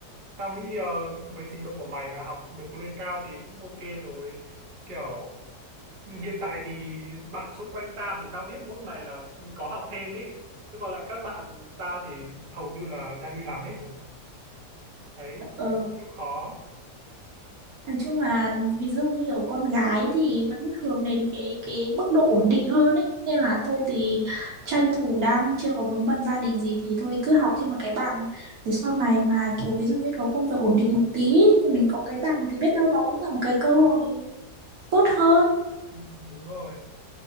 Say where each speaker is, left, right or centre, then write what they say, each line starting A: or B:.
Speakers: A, on the right (about 45°); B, on the right (about 60°).
A: tao nghĩ ờ, với trình độ của mày mà học được lên cao thì cũng ok rồi kiểu hiện tại thì bạn xung quanh tao thì tao biết mỗi mày là có học thêm ý chứ còn lại các bạn tao thì hầu như là ra đi làm hết rồi đấy
B: ờ
A: thì cũng chịu khó
B: Nói chung là ví dụ như kiểu con gái thì vẫn hướng đến cái cái mức độ ổn định hơn ấy nên là thôi thì tranh thủ đang chưa có vướng bận gia đình gì thì thôi cứ học thêm một cái bằng để sau này mà kiểu ví dụ như có công việc ổn định một tí ấy, thì mình có cái bằng thì biết đâu nó cũng là một cái cơ hội tốt hơn
A: Ừ, đúng rồi